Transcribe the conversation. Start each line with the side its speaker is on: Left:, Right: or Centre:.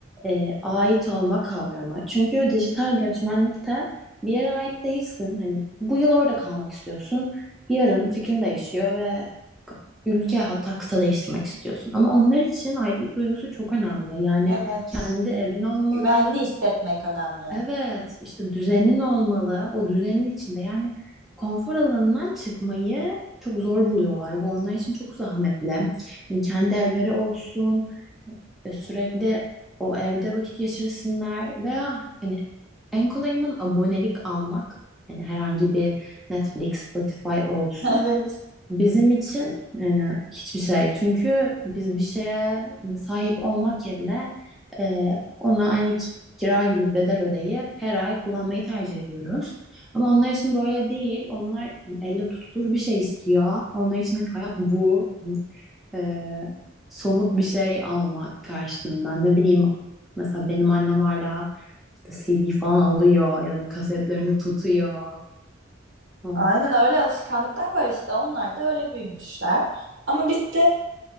Centre: e, ait olma kavramı. Çünkü dijital göçmenlikte bir yere ait değilsin. Hani bu yıl orada kalmak istiyorsun. Yarın fikrin değişiyor ve k- ülke hatta kıta değiştirmek istiyorsun. Ama onlar için aitlik duygusu çok önemli. Yani
Right: Evet.
Centre: kendi evin olmalı,
Right: Güvenli hissetmek önemli.
Centre: Evet, işte düzenin olmalı. O düzenin içinde yani konfor alanından çıkmayı çok zor buluyorlar. Bu onlar için çok zahmetli. Yani kendi evleri olsun, e, sürekli o evde vakit geçirsinler veya hani en kolayından abonelik almak. Yani herhangi bir Netflix, Spotify olsun.
Right: <laughs> Evet.
Centre: Bizim için yani hiçbir şey. Çünkü biz bir şeye sahip olmak yerine e, ona aynı ki- kira gibi bedel ödeyip her ay kullanmayı tercih ediyoruz. Ama onlar için böyle değil. Onlar elle tutulur bir şey istiyor. Onlar için hani hayat bu. E, somut bir şey almak karşılığında. Ne bileyim mesela benim annem hala işte CD falan alıyor ya da kasetlerini tutuyor. Tamam.
Right: Aynen öyle alışkanlıklar var işte. Onlar da öyle büyümüşler. Ama biz de